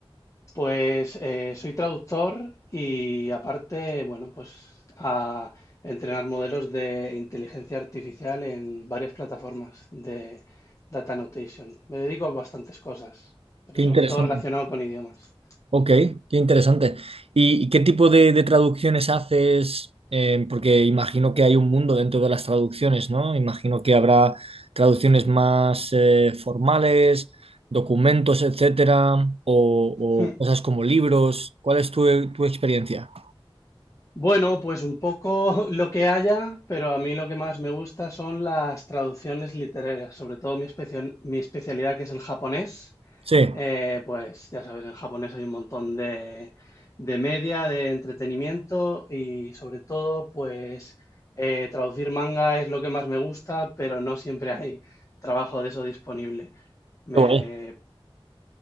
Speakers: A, on the left; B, on the right.
A: Pues eh, soy traductor y aparte, bueno, pues a entrenar modelos de inteligencia artificial en varias plataformas de data annotation. Me dedico a bastantes cosas, pero
B: Qué
A: sobre
B: interesante.
A: todo relacionado con idiomas.
B: Ok, qué interesante. ¿Y, y qué tipo de, de traducciones haces? Eh, porque imagino que hay un mundo dentro de las traducciones, ¿no? Imagino que habrá traducciones más eh, formales, documentos, etcétera, o,
A: <laughs>
B: o cosas como libros. ¿Cuál es tu, tu experiencia?
A: Bueno, pues un poco <laughs> lo que haya, pero a mí lo que más me gusta son las traducciones literarias, sobre todo mi especio- mi especialidad que es el japonés.
B: Sí, qué
A: Eh, pues ya sabes, en japonés hay un montón de, de media, de entretenimiento y sobre todo, pues eh, traducir manga es lo que más me gusta, pero no siempre hay trabajo de eso disponible. Me-
B: guay.